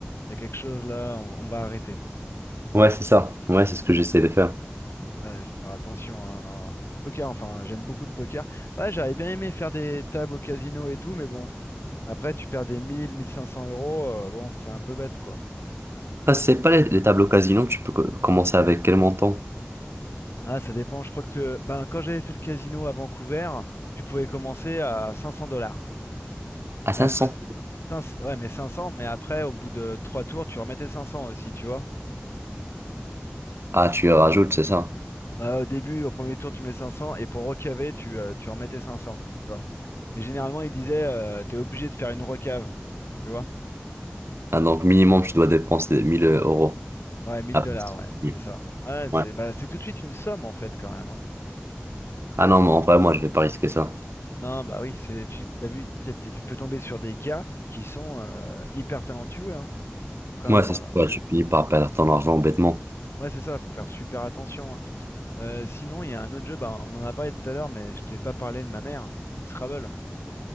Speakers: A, on the left; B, on the right.
A: t'as quelque chose là, on on va arrêter.
B: Ouais, c'est ça. Ouais, c'est ce que j'essaie de faire.
A: Ouais, faut faire attention, hein, non. Le poker, enfin, j'aime beaucoup le poker. Bah, j'aurais bien aimé faire des tables au casino et tout, mais bon, après, tu perds des mille, mille cinq cents euros, euh, bon, c'est un peu bête, quoi.
B: Ah, c'est pas les, les tableaux casino, tu peux co- commencer avec quel montant?
A: Ah, ça dépend, je crois que, tu- ben, quand j'avais fait le casino à Vancouver, tu pouvais commencer à 500 dollars.
B: À
A: Mais
B: 500.
A: après, 500 ouais, mais cinq cents. mais après, au bout de 3 tours, tu remettais 500 aussi, tu vois.
B: Ah, tu rajoutes, c'est ça.
A: Euh, au début, au premier tour, tu mets 500 et pour recaver, tu, euh, tu remettais 500, tu vois. Et généralement, ils disaient, euh, t'es obligé de faire une recave, tu vois.
B: Ah, donc minimum, tu dois dépenser 1000 euros.
A: Ouais, 1000
B: Ah, parce
A: dollars, ouais,
B: que-
A: c'est ça. Ouais,
B: ouais.
A: c'est bah, c'est tout de suite une somme en fait quand même. hein.
B: Ah non, mais en vrai, moi, je vais pas risquer ça.
A: Non, bah oui, c'est tu t'as vu, t'es- t'es- tu peux tomber sur des gars qui sont euh, hyper talentueux. Hein. Faut quand
B: Ouais,
A: même.
B: c'est
A: euh,
B: ça. Tu finis par perdre ton argent bêtement.
A: Ouais, c'est ça, faut faire super attention. hein. Euh, sinon, il y a un autre jeu, bah, on en a parlé tout à l'heure, mais je t'ai pas parlé de ma mère au Scrabble.